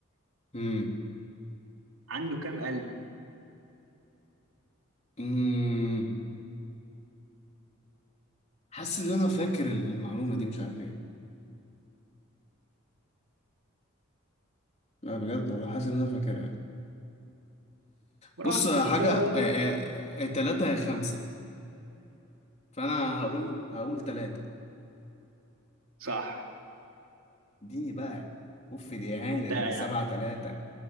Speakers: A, on the left (about 30°); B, on the right (about 75°).
A: امم
B: عنده كام قلب
A: امم حاسس ان انا فاكر ال- المعلومة دي مش عارف ليه لا بجد والله حاسس ان انا فاكرها
B: براحتك
A: بص حاجة
B: خالص.
A: آه، آه، آه، تلاتة يا خمسة فانا هقول هقول تلاتة
B: صح
A: اديني بقى اوف دي اهانة
B: انت
A: دي
B: يعني
A: دي سبعة تلاتة